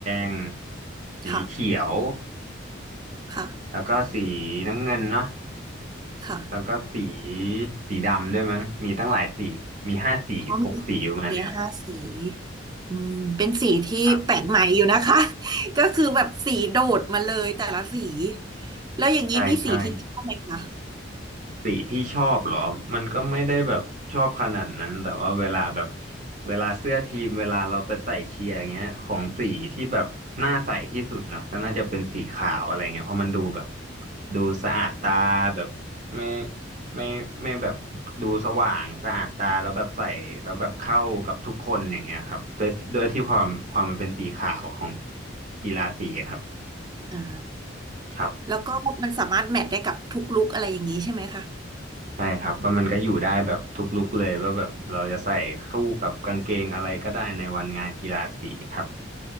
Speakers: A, on the right (about 40°); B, on the right (about 20°).
A: ง สีเขียว
B: ค่ะค่ะ
A: แล้วก็สีน้ำเงินเนาะ
B: ค่ะ
A: แล้วก็สีสีดำด้วยมั้งมีตั้งหลายสี มีห้าสีหกสีประมาณเนี้ยแหละ
B: ก็มีมีห้าสีอืมเป็นสีที่แปลกใหม่อยู่นะคะ
A: ครับ
B: <laughs> ก็คือแบบสีโดดมาเลยแต่ละสีแล้วอย่างนี้มีสีที่ชอบไหมคะ
A: ใช่ใช่ สีที่ชอบเหรอ มันก็ไม่ได้แบบชอบขนาดนั้น แต่ว่าเวลาแบบเวลาเสื้อทีมเวลาเราไปใส่เชียร์อย่างเงี้ยของสีที่แบบน่าใส่ที่สุดเนาะก็น่าจะเป็นสีขาวอะไรเงี้ยเพราะมันดูแบบดูสะอาดตาแบบไม่ไม่ไม่แบบดูสว่างสะอาดตาแล้วแบบใส่แล้วแบบเข้ากับทุกคนอย่างเงี้ยครับโดยโดยที่ความความมันเป็นสีขาวของกีฬาสีครับ
B: อ่า
A: ครับ
B: แล้วก็มันสามารถแมทได้กับทุกลุคอะไรอย่างนี้ใช่ไหมคะ
A: ใช่ครับก็มันก็อยู่ได้แบบทุกลุคเลยว่าแบบเราจะใส่คู่กับกางเกงอะไรก็ได้ในวันงานกีฬาสีครับ